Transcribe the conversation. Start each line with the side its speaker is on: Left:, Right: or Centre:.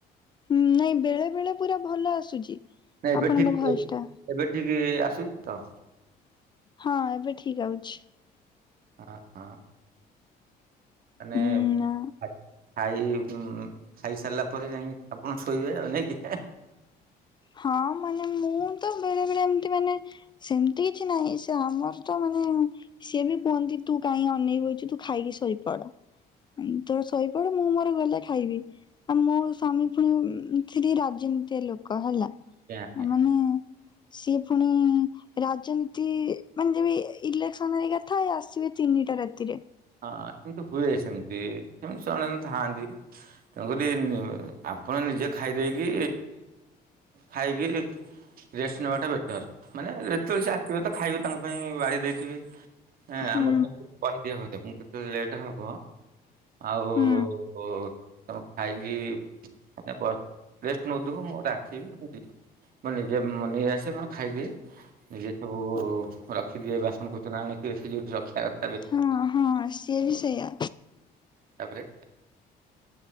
Left: ହଁ ନାଇଁ ବେଳେ ବେଳେ ପୁରା ଭଲ ଆସୁଛି।
Right: ନାଇଁ
Left: ଆପଣଙ୍କ
Right: ଏବେ ଠିକ
Left: ଭଏସ ଟା
Right: ଏବେ ଠିକ ଆସୁଚି ତ।
Left: ହଁ, ଏବେ ଠିକ୍ ଆଉଚି।
Right: ହଁ ହଁ ମାନେ
Left: ହୁଁ
Right: ଆ ଖାଇ ଖାଇସାରିଲା ପରେ ଯାଇକି ଆପଣ ଶୋଇବେ ନାଇକି।
Left: ହଁ ମାନେ ମୁଁ ତ ବେଳେ ବେଳେ ଏମ୍ତି ମାନେ ସେମ୍ତି କିଛି ନାହିଁ ସେ ଆମର ତ ମାନେ ସିଏ ବି କୁହନ୍ତି ତୁ କାଇଁ ଅନେଇକି ବଇଚୁ ତୁ ଖାଇକି ଶୋଇପଡ଼। ତୋର ଶୋଇପଡ ମୁଁ ମୋର ଗଲେ ଖାଇବି। ଆଉ ମୋ ସ୍ଵାମୀ ପୁଣି ରାଜନୀତିଆ ଲୋକ ହେଲା।
Right: <unintelligible>
Left: ମାନେ ସିଏ ଫୁଣି ରାଜନୀତି ମାନେ ଯେମି ଇଲେକ୍ସନ ହେରିକା ଥାଏ ଆସିବେ ତିନିଟା ରାତିରେ।
Right: ହଁ, କିନ୍ତୁ ହୁଏ ସେମ୍ତି କେମତି ସେମାନେ ଥାଆନ୍ତି। ତେଣୁ କରି ଆପଣ ନିଜେ ଖାଇଦେଇକି ଖାଇକି ରେଷ୍ଟ୍ ନେବାଟା ବେଟର୍। ମାନେ ଯେତେବେଳେ ସେ ଆସିବେ ତ ଖାଇବେ ତାଙ୍କ ପାଇଁ ବାଢି ଦେଇଥିବେ
Left: ହୁଁ
Right: ଆମର କହିଦିଏ ଘ କେବେ ଲେଟ୍ ହବ ଆଉ
Left: ହୁଁ
Right: ଓ ତମେ ଖାଇକି ମାନେ ବ ରେଷ୍ଟ ନଉଥିବୁ ମୁ ଡାକିବି। ମୁଁ ନିଜେ ମୋର ନେଇଆସେ ମୋର ଖାଇଦିଏ। ନିଜେ ସବୁ ରଖିଦିଏ ବାସନ କୁସନ ଆଣିକି ସେ ଯୋଉଠି ରଖିବା କ
Left: ହଁ ହଁ ସିଏ ବି ସେୟା।
Right: ତାପରେ